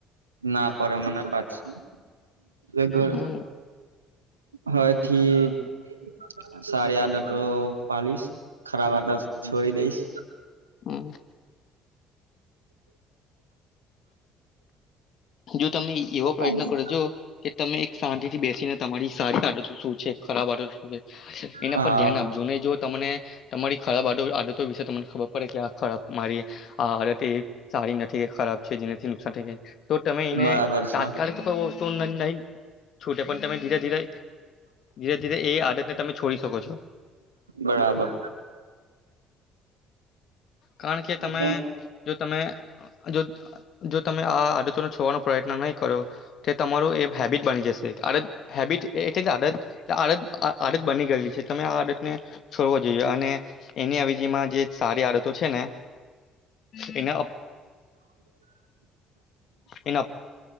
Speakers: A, on the right; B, on the left.
A: ના પડે મને પાછી. <unintelligible>
B: હમ
A: હવેથી સારી આદતો પાલીશ, ખરાબ આદત છોડી દઈશ.
B: હમ્મ. જો તમે ઈ એવો પ્રયત્ન
A: હ
B: કરજો કે તમે એક શાંતિ થી બેસીને તમારી સારી આદતો શું છે, ખરાબ આદતો શું છે એના
A: હા.
B: પર ધ્યાન આપજો. ને જો તમને તમારી ખરાબ આદ આદતો વિશે તમને ખબર પડે કે આ ખરાબ મારી આ આદત એ સારી નથી, એ ખરાબ છે જેનાથી નુકસાન થઈ જાય તો તમે એને
A: બરાબર છે.
B: તાત્કાલિક તો <unintelligible> તો નહી છૂટે પણ તમે ધીરે ધીરે ધીરે ધીરે એ આડતને તમે છોડી શકો છો.
A: બરાબર.
B: કારણ કે તમે
A: હું
B: જો તમે જો જો તમે આ આદતોનો છોડવાનો પ્રયત્ન નહીં કરો, તો તમારું એ હેબિટ બની જશે, આડ હેબિટ એટલે જ આદત આડ આડત બની ગયલી છે, તમે આડ છોડવો જોઈએ, અને એની અજીમાં જે સારી આડ તો છે ને એને એને એને